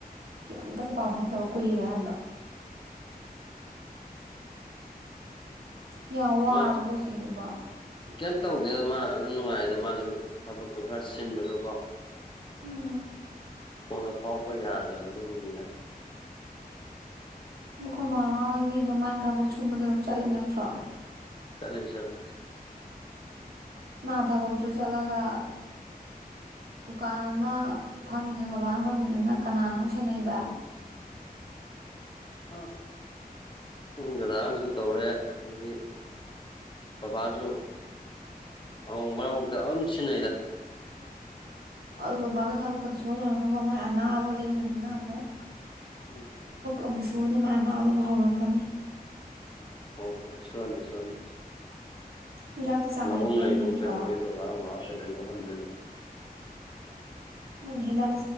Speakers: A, on the right (about 75°); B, on the left (about 30°).
A: ꯀꯩꯝꯇꯒ ꯄꯥꯎ ꯐꯥꯎꯔꯛꯇꯕ ꯀꯨꯏꯔꯦ ꯍꯥꯏꯕ <inaudible> ꯌꯥꯝ ꯋꯥꯔꯕ
B: ꯃꯥ
A: ꯑꯩꯈꯣꯏ ꯆꯦꯗꯨꯕꯣ
B: ꯀꯩꯝ ꯇꯧꯗꯦꯗ ꯃꯥ ꯑꯗꯨꯝ ꯅꯨꯡꯉꯥꯏꯗ ꯃꯥꯖꯨ ꯊꯕꯛꯇꯨ ꯈꯔ ꯁꯤꯟꯕꯗꯣ ꯀꯣ
A: ꯎꯝ
B: ꯐꯣꯟꯗꯣ ꯐꯥꯎꯔꯛꯄ ꯌꯥꯗꯕ ꯑꯗꯨꯒꯤꯅꯤꯗ
A: ꯑꯈꯣꯏꯃꯥꯍꯣꯏꯗꯤ ꯑꯗꯨꯝ ꯃ ꯊꯕꯛ ꯁꯨꯕꯗꯨ ꯑꯗꯨꯝ ꯆꯠꯂꯤ ꯅꯠꯇ꯭ꯔꯣ
B: ꯆꯠꯂꯤ ꯆꯠꯂꯤ
A: ꯃꯥ ꯊꯕꯛꯁꯨꯨ ꯆꯠꯂꯒ ꯗꯨꯀꯥꯟ ꯑꯃ ꯐꯝꯃꯤꯗꯨꯅ ꯕꯕꯥꯅ ꯐꯝꯃꯤꯗꯨꯅ ꯀꯅꯥꯅ ꯑꯃꯨꯛ ꯁꯦꯟꯅꯩꯕ
B: ꯇꯥꯕ꯭ꯔꯣ ꯨꯗꯗꯥ ꯅꯁꯨ ꯇꯧꯔꯦ ꯑꯗꯒꯤ ꯕꯕꯥꯁꯨ ꯑꯃꯨꯛ ꯃꯔꯛ ꯃꯔꯛꯇ ꯑꯗꯨꯝ ꯁꯤꯟꯅꯩꯗ
A: ꯑꯗꯨ ꯕꯕꯥꯗ ꯊꯕꯛ ꯀꯗꯤ ꯁꯨꯍꯟꯂꯨꯔꯅꯨꯀꯣ ꯃꯥꯏ ꯑꯅꯥꯕ ꯂꯩꯕꯅꯤꯅ ꯑꯃꯨꯛ
B: <unintelligible>
A: ꯑꯃꯨꯁꯨ ꯃꯥꯢ ꯑꯅꯕꯗꯣ ꯑꯃꯨꯛ ꯍꯧꯔꯛꯀꯅꯤ
B: ꯍꯣ ꯍꯣꯏ ꯁꯨꯍꯟꯗꯦ ꯁꯨꯍꯥꯟꯗꯦ
A: ꯍꯤꯗꯥꯛꯇꯤ ꯆꯥꯡ
B: ꯃꯕꯨꯡ
A: ꯅꯥꯏꯅ ꯄꯤꯖꯩ
B: ꯂꯩꯗꯣ
A: ꯅꯠꯇ꯭ꯔꯣ
B: ꯀꯩꯗꯧꯋꯤ ꯕꯕꯥ ꯃꯃꯥ ꯀꯩꯗꯨꯏ ꯋꯥꯍꯟꯗꯣꯏꯅꯣ
A: ꯎ ꯍꯤꯗꯥꯛ